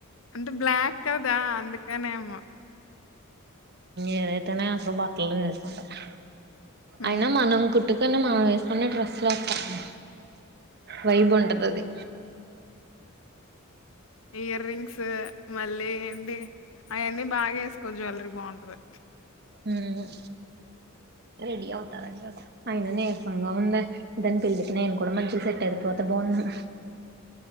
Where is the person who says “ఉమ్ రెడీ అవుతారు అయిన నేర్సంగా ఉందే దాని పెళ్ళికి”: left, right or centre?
Right